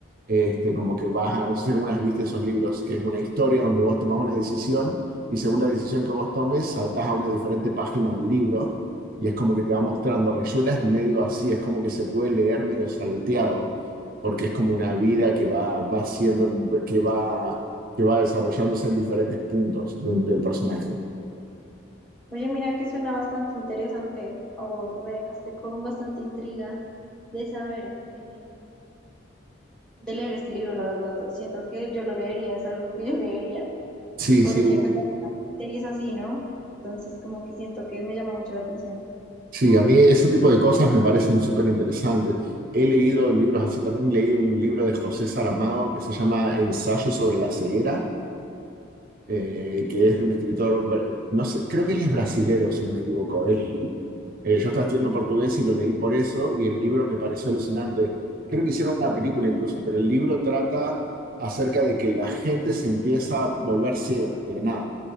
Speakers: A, on the right; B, in the centre.
A: este, como que vas
B: Ah.
A: a, no sé si alguna vez viste esos libros, que es una historia donde vos tomás una decisión y según la decisión que vos tomes saltás a una diferente página del libro y es como que te va mostrando. Rayuela es medio así, es como que se puede leer medio salteado, porque es como una vida que va, va siendo, que va, que va desarrollándose en diferentes puntos de- del personaje.
B: Oye, mira que suena bastante interesante o me dejaste con bastante intriga de saber, eh, de leer este libro, la verdad. Siento que yo lo leería, es algo que yo <laughs> leería,
A: Sí,
B: porque
A: sí, u-
B: pues hay series así, ¿no? Entonces como que siento que me llama mucho la atención.
A: sí, a mí ese tipo de cosas me parecen súper interesantes. He leído libros así, también he leído un libro de José Saramago que se llama Ensayo sobre la ceguera eh, que es de un escritor, bra- no sé, creo que él es brasilero, si no me equivoco. Él, eh, yo estaba estudiando portugués y lo leí por eso, y el libro me pareció alucinante. Creo que hicieron una película incluso, pero el libro trata acerca de que la gente se empieza a volver ciega de la nada.